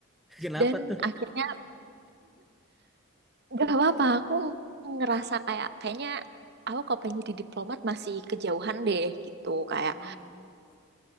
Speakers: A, in the centre; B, on the right (about 50°).
A: Kenapa
B: dan
A: tuh?
B: akhirnya gak apa-apa, aku ngerasa kayak kayaknya aku kalau pengen jadi diplomat masih kejauhan deh gitu. Kayak
A: Hmm.